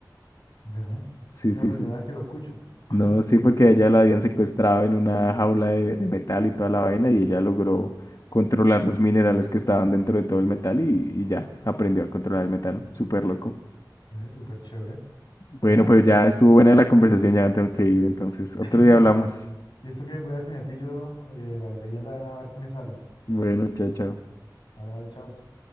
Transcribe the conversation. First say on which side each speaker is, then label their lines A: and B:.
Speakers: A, on the left; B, on the left.
A: Veme.
B: Sí,
A: Es
B: sí,
A: la primera
B: sí.
A: vez que lo escucho. <clears throat>
B: No, sí, porque a ella la habían secuestrado en una jaula de, de metal y toda la vaina, y ella logró controlar los minerales que estaban dentro de todo el metal y, y ya aprendió a controlar el metal, súper loco.
A: <laughs> Es súper chévere.
B: Bueno,
A: Bueno,
B: pero ya estuvo buena la conversación, ya tengo que ir, entonces otro
A: <laughs>
B: día hablamos.
A: listo que voy a ver si me pillo eh, la leyenda de nada a ver qué me sale.
B: Bueno, chao, chao.
A: Vale, vale, chao.